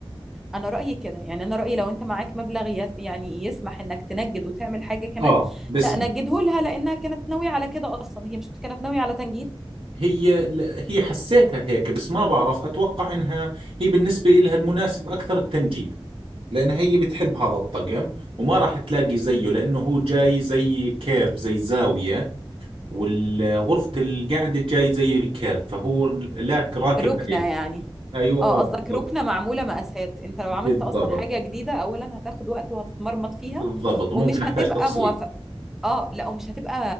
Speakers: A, in the centre; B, on the right.
A: انا رأيي كده يعني انا رأيي لو انت معاك مبلغ ي- يعني يسمح انك تنجد وتعمل حاجة كمان
B: اه باسمي
A: لا نجده لها لانها كانت ناوية على كده اصلا هي مش كانت ناوية على تنجيد
B: هي لا- هي حسيتها هيك بس ما بعرف أتوقع إنها هي بالنسبة إلها المناسب أكثر التنجيد لأنها هي بتحب هذا الطقم وما راح تلاقي زيه لأنه هو جاي زي كيرف زي زاوية والغرفة القعدة الجاي زي الكيرف فهو لاك راكب
A: ركنة
B: عليها
A: يعني
B: ايوه
A: اه
B: اه
A: قصدك
B: بالضبط
A: ركنة معمولة مقاسات انت لو عملت
B: بالضبط
A: اصلا حاجة جديدة اولا هتاخد وقت وهتتمرمط فيها
B: بالضبط وممكن
A: ومش
B: احتاج
A: هتبقى
B: تفصيل
A: موافق اه لا ومش هتبقى